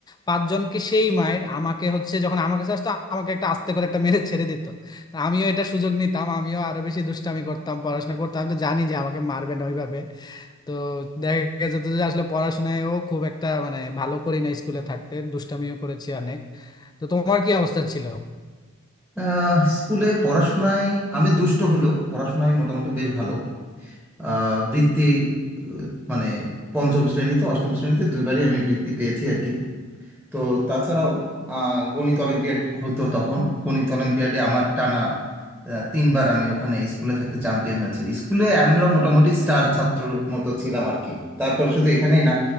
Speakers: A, on the left; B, in the centre.
A: পাঁচজনকে সেই মায়ের আমাকে হচ্ছে যখন আমার কাছে আসতো আমাকে একটা আস্তে করে একটা মেরে ছেড়ে দিত তা আমিও এটা সুযোগ নিতাম আমিও আরো বেশি দুষ্টামি করতাম পড়াশোনা করতাম আমি তো জানি যে আমাকে মারবে না ওইভাবে তো দেখা যেত যে আসলে পড়াশোনায়ও খুব একটা মানে ভালো করি না স্কুলে থাকতে দুষ্টামিও করেছি অনেক তো তোমার কি অবস্থা ছিল
B: আহ, স্কুলে পড়াশোনায় আমি দুষ্ট হলেও পড়াশোনায় মোটামুটি বেশ ভালো আহ, বৃত্তি আহ, মানে পঞ্চম শ্রেণীতে অষ্টম শ্রেণীতে দুইবারই আমি বৃত্তি পেয়েছি আর কি তো তাছাড়াও আহ, গণিত অলিম্পিয়াড হতো তখন গণিত অলিম্পিয়াডে আমার টানা আহ, তিনবার আমি ওখানে স্কুলে থাকতে চ্যাম্পিয়ন হয়েছি স্কুলে আমরা মোটামুটি স্টার ছাত্রর মতো ছিলাম আর কি তারপর শুধু এখানেই না